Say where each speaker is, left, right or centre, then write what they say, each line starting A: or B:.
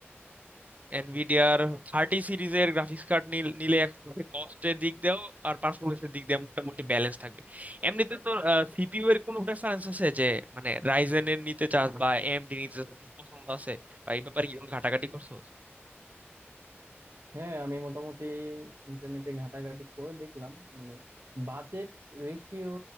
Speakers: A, on the right; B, on the right.
A: এনভিডিয়ার থার্টি সিরিজের গ্রাফিক্স কার্ড নিলে এখন কস্টের দিক দিয়েও আর পারফরমেন্সের দিক দিয়ে মোটামুটি ব্যালেন্স থাকবে এমনিতে তো সিপিইউ এর কোনো প্রেফারেন্স আছে যে মানে রাইজেন এর নিতে চাস বা এএমডি নিতে চাস কোনো পছন্দ আছে বা এই ব্যাপারে কি কোনো ঘাটাঘাটি করছো
B: হ্যাঁ আমি মোটামুটি ইন্টারনেটে ঘাটাঘাটি করে দেখলাম মানে বাজেট রেশিও